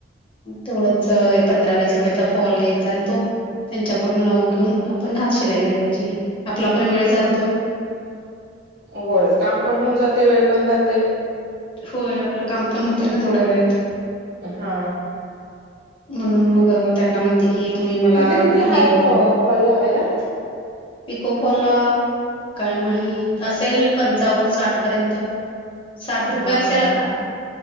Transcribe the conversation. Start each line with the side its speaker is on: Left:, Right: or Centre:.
Left: तेवढंच, पंधरा वीस रुपये. फॉल घ्यायचा, आणि तो त्यांच्याकडून लावून घेऊन, आपण हात शिलाई घालायची. आपला पण वेळ. जातोय
Right: हा, होय, काम पण होऊन जाते, वेळ पण जाते.
Left: होय, आपलं काम पण होतय ना, तेवढ्या वेळेत.
Right: हा.
Left: म्हणून मग त्यांना म्हणते की, तुम्ही मला
Right: तिथे किती
Left: हे
Right: हाय
Left: करून
Right: फॉ
Left: द्या.
Right: फॉल लावायला
Left: पिको फॉल ला. काय माहीत, असेल पंचावन्न-सात पर्यंत, साठ. रुपये
Right: हा
Left: असेल
Right: हा
Left: आता